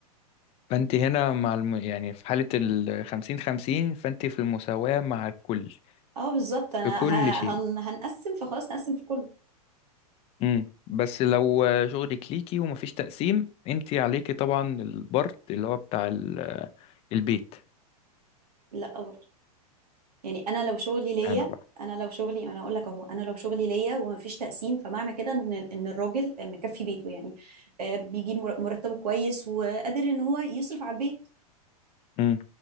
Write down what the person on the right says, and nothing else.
اه بالظبط
انا
ه-
هن- هنقسم فخلاص نقسم في كله
لا برضه يعني انا لو شغلي
ليا
انا لو شغلي انا اقول لك اهو انا لو شغلي ليا ومفيش تقسيم فمعنى كده ان ان الراجل مكفي بيته يعني آه، بيجيب مر- مرتبه كويس وقادر ان هو يصرف على البيت